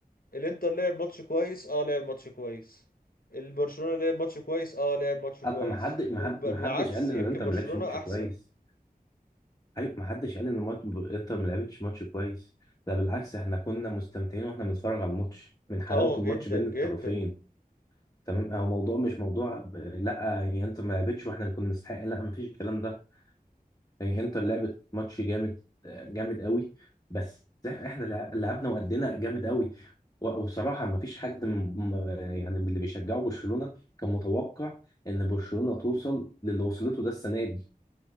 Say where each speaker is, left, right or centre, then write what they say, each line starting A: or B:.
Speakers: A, on the left; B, on the left.
A: الانتر لعب ماتش كويس اه لعب ماتش كويس البرشلونة لعب ماتش كويس اه لعب ماتش كويس
B: أ- ما حد ما
A: وبالعكس
B: حد ما حدش قال
A: يمكن
B: ان انت
A: برشلونة
B: ما لعبش ماتش كويس
A: احسن
B: ايوه ما حدش قال ان الماتش انتر ما لعبتش ماتش كويس لا بالعكس احنا كنا مستمتعين واحنا بنتفرج على الماتش من حلاوه
A: اه
B: الماتش
A: جدا
B: بين
A: جدا
B: الطرفين تمام هو موضوع مش موضوع ب- لا هي انتر ما لعبتش واحنا اللي كنا نستحق لا ما فيش الكلام ده هي انتر لعبت ماتش جامد جامد قوي بس احنا لع- لعبنا وادينا جامد قوي و- وبصراحه ما فيش حد من م- يعني من اللي بيشجعوا برشلونه كان متوقع ان برشلونه توصل للي وصلته ده السنه دي